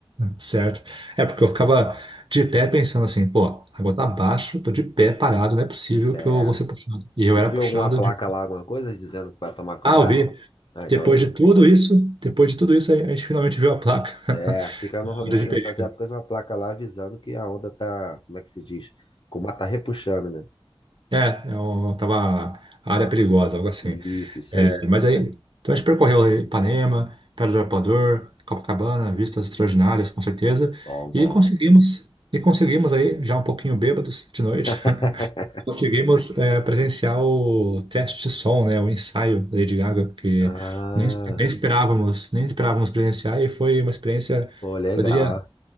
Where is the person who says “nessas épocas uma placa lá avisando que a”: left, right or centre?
Left